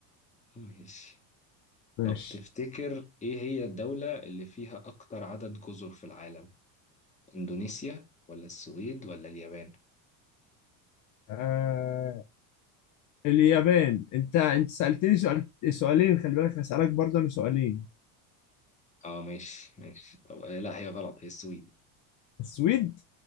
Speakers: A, on the left (about 15°); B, on the left (about 40°).
A: ماشي
B: ماشي
A: طب تفتكر إيه هي الدولة اللي فيها أكتر عدد جزر في العالم إندونيسيا ولا السويد ولا اليابان
B: آه اليابان أنت أنت سألتني سؤال سؤالين خلي بالك هسألك برضه أنا سؤالين
A: آه ماشي ماشي طب آه، لا هي غلط هي السويد
B: السويد